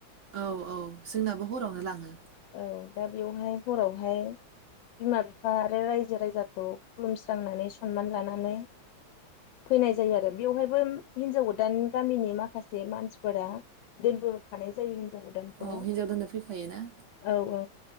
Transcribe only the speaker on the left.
औ दा बेवहाय हरावहाय बिमा बिफा आरो रायजो राजाखौ खुलुमस्रांनानै सनमान लानानै फैनाय जायो आरो बेवहायबो हिनजाव गोदान गामिनि माखासे मानसिफोरा दोनबोफानाय जायो हिनजाव गोदानखौ
औ औ